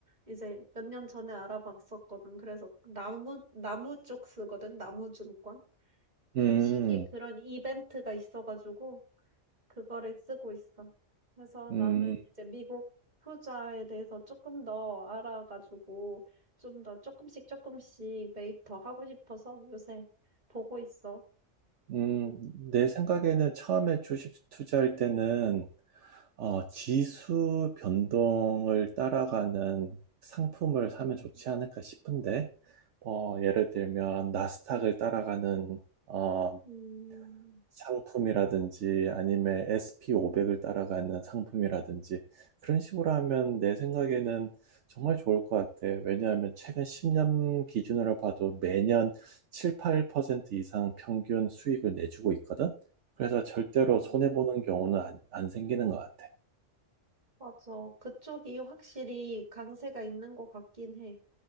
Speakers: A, on the right (about 35°); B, on the right (about 70°).
A: 이제 몇 년 전에 알아봤었거든. 그래서 나무 나무 쪽 쓰거든, 나무증권. 그
B: 음,
A: 시기에 그런 이벤트가 있어 가지고 그거를 쓰고 있어. 그래서
B: 음,
A: 나는 이제 미국 투자에 대해서 조금 더 알아가지고 좀 더 조금씩 조금씩 매입 더 하고 싶어서 요새 보고 있어.
B: 음.
A: 음,
B: 내 생각에는 처음에 주식 투자할 때는 어, 지수 변동을 따라가는 상품을 사면 좋지 않을까 싶은데, 어, 예를 들면 나스닥을 따라가는 어,
A: 음,
B: 상품이라든지 아니면 SP500을 따라가는 상품이라든지 그런 식으로 하면 내 생각에는 정말 좋을 것 같아. 왜냐하면 최근 10년 기준으로 봐도 매년 7, 8% 이상 평균 수익을 내주고 있거든. 그래서 절대로
A: 음,
B: 손해보는 경우는 안, 안 생기는 것 같아.
A: 맞아. 그쪽이 확실히 강세가 있는 것 같긴 해.